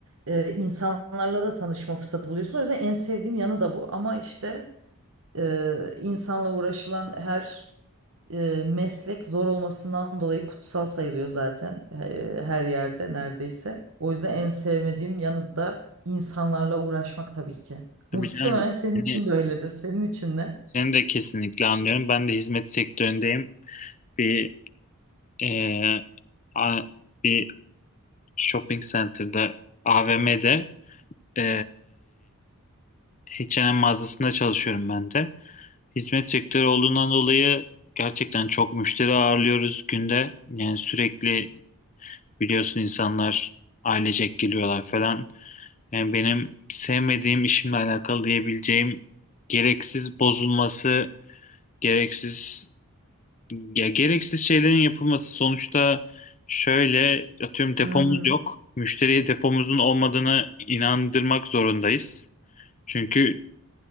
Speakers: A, on the right; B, on the left.
A: eee, insanlarla da tanışma fırsatı buluyorsun. O yüzden en sevdiğim yanı da bu. Ama işte eee, insanla uğraşılan her eee, meslek zor olmasından dolayı kutsal sayılıyor zaten eee, her yerde neredeyse. O yüzden en sevmediğim yanı da insanlarla uğraşmak tabii ki.
B: Tabii
A: Muhtemelen
B: canım.
A: senin
B: hani
A: için de öyledir. Senin için ne?
B: Seni de kesinlikle anlıyorum. Ben de hizmet sektöründeyim. Bir e, a- bir shopping center'da AVM'de e, H&M mağazasında çalışıyorum ben de. Hizmet sektörü olduğundan dolayı gerçekten çok müşteri ağırlıyoruz günde. Yani sürekli biliyorsun insanlar ailecek geliyorlar falan. Yani benim sevmediğim işimle alakalı diyebileceğim gereksiz bozulması, gereksiz Ya gereksiz şeylerin yapılması sonuçta şöyle atıyorum depomuz
A: Hı hı.
B: yok. Müşteriye depomuzun olmadığını inandırmak zorundayız. Çünkü